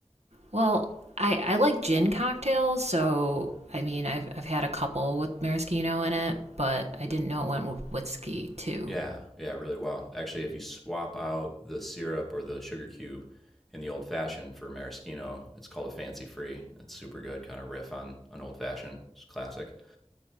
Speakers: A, on the right; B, in the centre.
A: Well, I I like gin cocktails, so I mean, I've I've had a couple with maraschino in it, but I didn't know it went with whiskey too.
B: Yeah, yeah, really well. Actually, if you swap out the syrup or the sugar cube in the old fashioned for maraschino, it's called a fancy free. It's super good, kind of riff on on old fashioned. It's classic.